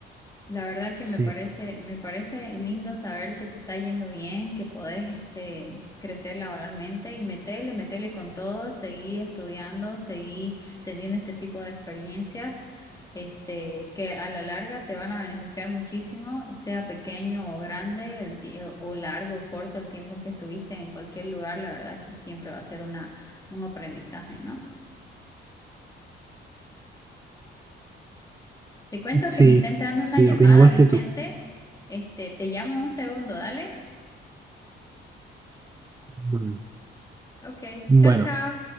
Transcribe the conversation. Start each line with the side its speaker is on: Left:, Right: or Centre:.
Left: La verdad que
Right: Sí,
Left: me parece, me parece lindo saber que te está yendo bien, que podés este, crecer laboralmente y metele, metele con todo, seguí estudiando, seguí teniendo este tipo de experiencias, este, que a la larga te van a beneficiar muchísimo, sea pequeño o grande, el, ti- eh, o largo o corto el tiempo en que estuviste en cualquier lugar, la verdad que siempre va a ser una, un aprendizaje, ¿no? Te cuento
Right: sí,
Left: que me está entrando una
Right: sí,
Left: llamada,
Right: opino igual
Left: Vicente.
Right: que tú.
Left: Este, te llamo en un segundo, dale.
Right: Bueno,
Left: Ok,
Right: bueno.
Left: chao, chao.